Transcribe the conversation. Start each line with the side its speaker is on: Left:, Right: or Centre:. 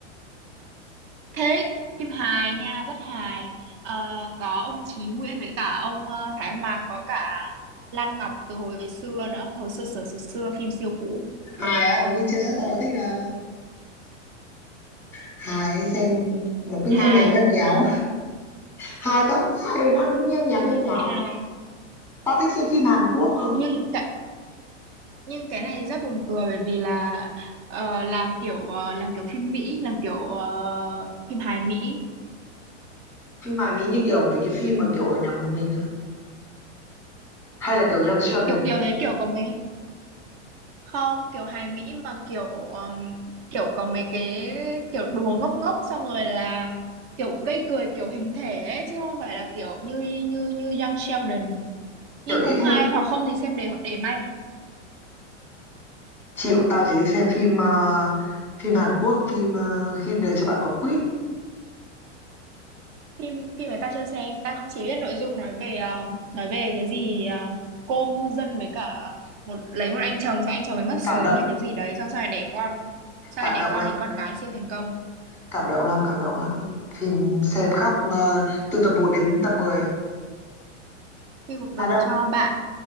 Right: thế phim hài nha rất hài Ờ, có ông Chí Nguyễn với cả ông ờ, Thái Hòa có cả Lan Ngọc từ hồi xưa nữa hồi xưa xưa xưa, xưa phim siêu cũ
Centre: Hài á, có khi chưa chắc tao đã thích đâu. Hài ấy, xem nó cứ
Right: hài
Centre: nheo nhéo nheo nhéo. Hài tao cũng hài Việt Nam nó cứ nheo nhéo nheo nhéo.
Right: hài
Centre: Tao thích xem phim Hàn Quốc cơ.
Right: nhưng cái nhưng cái này rất buồn cười bởi vì là ờ, làm kiểu ờ, làm kiểu phim Mỹ làm kiểu ờ, phim hài Mỹ
Centre: Phim Hàn Mỹ như kiểu mấy cái phim mà kiểu ở nhà một mình á. Hay là kiểu Young Sheldon
Right: kiểu
Centre: ấy.
Right: kiểu thế kiểu có mấy không kiểu hài Mỹ mà kiểu ừm, kiểu có mấy cái kiểu đùa ngốc ngốc xong rồi là kiểu gây cười kiểu hình thể ấy, chứ không phải là kiểu như như như Young Sheldon nhưng
Centre: Kiểu if
Right: cũng
Centre: you...
Right: hay hoặc không thì xem để để may
Centre: chịu tao chỉ thích xem phim ờ, phim Hàn Quốc phim ờ, khi đời cho bạn quả quýt
Right: phim phim mà tao chưa xem tao chỉ biết nội dung nói về ờ, nói về cái gì ờ, cô ngư dân với cả một lấy một anh chồng xong anh chồng ấy mất sớm
Centre: cảm động
Right: hay cái gì đấy xong sau này đẻ con sau
Centre: cảm
Right: này đẻ
Centre: động
Right: con
Centre: lắm
Right: thì con gái siêu thành công
Centre: cảm động lắm cảm động lắm phim xem khóc ờ, từ tập một đến tập mười
Right: khi cuộc đời
Centre: à đâu
Right: cho bạn